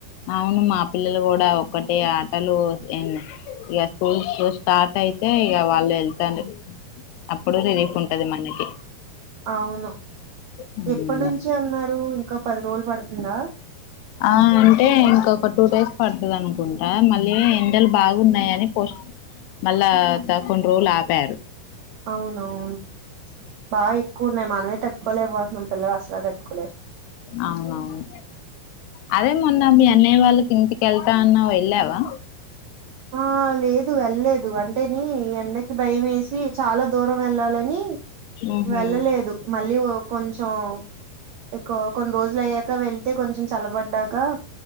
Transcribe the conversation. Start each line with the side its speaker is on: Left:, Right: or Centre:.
Left: అవును మా పిల్లలు గూడా ఒక్కటే ఆటలు ఎన్ ఇగ స్కూల్స్ స్టార్ట్ అయితే ఇగ వాళ్ళు వెళ్తారు అప్పుడు రిలీఫ్ ఉంటది మనకి
Right: అవును
Left: ఉమ్.
Right: ఎప్పడ్నుంచి అన్నారు ఇంకా పది రోజులు పడుతుందా
Left: ఆ అంటే ఇంకొక టూ డేస్ పడుతది అనుకుంటా మళ్ళీ ఎండలు బాగున్నాయని పోస్ట్ మళ్ళా త కొన్ని రోలు ఆపారు
Right: అవునవును బా ఎక్కువున్నయ్ మానమే త కొలే పోతున్నాం పిల్లలు అసలే తట్టుకోలేరు
Left: అవునవును అదే మొన్న మీ అన్నయ్య వాళ్ళకి ఇంటికెళ్తా అన్నావ్ ఎళ్ళావా
Right: ఆ ఆ లేదు వెళ్ళేదు అంటేనీ ఎండకి భయం వేసి చాలా దూరం ఎళ్లాలని
Left: ఉహు
Right: వెళ్ళలేదు మళ్ళీ వో కొంచం ఎక్కువ కొన్ రోజులు అయ్యాక వెళ్తే కొంచెం చల్లబడ్డాక